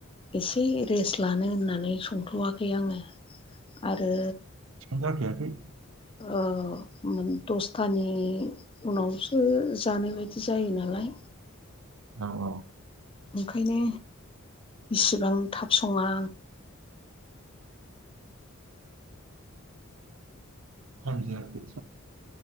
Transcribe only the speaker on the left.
एसे रेस्ट लानो होननानै संथ'वाखै आङो आरो
औ उम दसथानि उनावसो जानाय बायदि जायो नालाय
ओंखायनो इसिबां थाब सङा